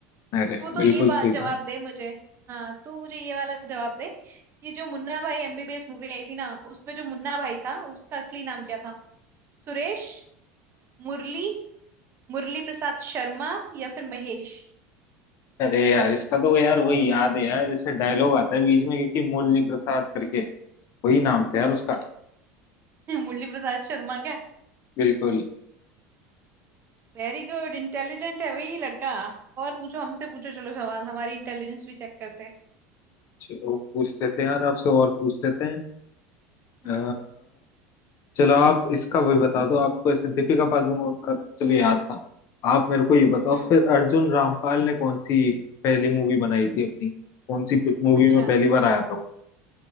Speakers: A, on the left; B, on the right.
A: अरे
B: तू तो
A: बिल्कुल
B: ये बात
A: सही
B: जवाब
A: बात
B: दे मुझे हाँ तू मुझे ये वाला जवाब दे ये जो मुन्ना भाई एमबीबीएस मूवी आई थी ना उसमें जो मुन्ना भाई था उसका असली नाम क्या था सुरेश मुरली मुरली प्रसाद शर्मा या फिर महेश
A: अरे यार इसका तो यार वही याद है यार जैसे डायलॉग आता है बीच में क्योंकि मुरली प्रसाद करके वही नाम था यार उसका
B: अच्छा <laughs> मुरली Prasad Sharma
A: बिल्कुल
B: Very good intelligent है भाई लड़का और पूछो हमसे पूछो चलो सवाल हमारी इंटेलिजेंस भी चेक करते हैं
A: चलो पूछ लेते हैं यार आपसे और पूछ लेते हैं
B: हम्म
A: अ, चलो आप इसका वही बता दो आपको ऐसे दीपिका पादुकोण का तो चलो याद था आप मेरे को ये बताओ
B: हम्म
A: फिर अर्जुन रामपाल ने कौन सी पहली मूवी बनाई थी अपनी कौन सी मूवी
B: अच्छा
A: में पहली बार आया था वो?